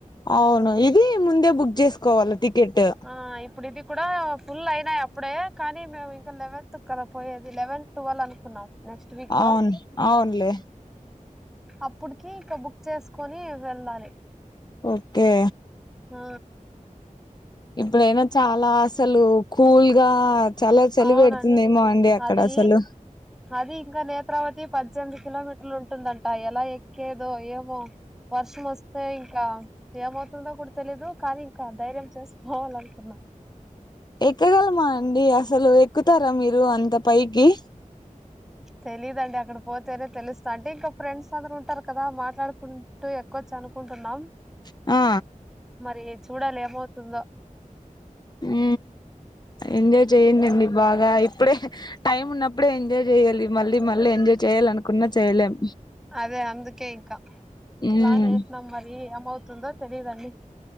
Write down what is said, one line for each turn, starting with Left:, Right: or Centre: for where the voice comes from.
Left: అవును ఇది ముందే బుక్ చేసుకోవాలి టికెట్
Centre: ఆ ఇప్పుడు ఇది కూడా ఫుల్ అయినాయి అప్పుడే కానీ మేము ఇంకా లెవెన్త్ కదా పోయేది లెవెన్ టువల్ అనుకున్నాం నెక్స్ట్ వీక్ లో
Left: అవును అవునులే
Centre: అప్పుడికి ఇంక బుక్ చేసుకొని వెళ్ళాలి
Left: ఓక్కే
Centre: ఆ
Left: ఇప్పుడైనా చాలా అసలు కూల్గా చాలా చలి
Centre: అవునండి
Left: పెడుతుందిమో అండి అక్కడ
Centre: అది
Left: అసలు
Centre: అది ఇంకా నేత్రవతి పజ్జెనిమిది కిలోమీటర్లు ఉంటుందంట ఎలా ఎక్కేదో ఏమో వర్షం వస్తే ఇంకా ఏమవుతుందో కూడా తెలీదు కానీ ఇంకా ధైర్యం చేసి పోవాల్ల అనుకున్నాం
Left: ఎక్కగలమా అండి అసలు ఎక్కుతారా మీరు అంత పైకి
Centre: తెలీదండి అక్కడ పోతేనే తెలుస్తా అంటే ఇంకా ఫ్రెండ్స్ అందరూ ఉంటారు కదా మాట్లాడుకుం అటు ఎక్కోచ్చు అనుకుంటున్నాం
Left: ఆ
Centre: మరి చూడాలి ఏమవుతుందో
Left: ఊ ఎంజాయ్ చెయ్యండండి బాగా ఇప్పుడే టైమ్ ఉన్నప్పుడే ఎంజాయ్ చేయ్యాలి మళ్ళీ మళ్ళీ ఎంజాయ్ చేయ్యాలను కున్నా చైలేం
Centre: అదే అందుకే ఇంకా
Left: ఉమ్
Centre: ప్లాన్ వేసినాం మరి ఏమవుతుందో తెలీదండి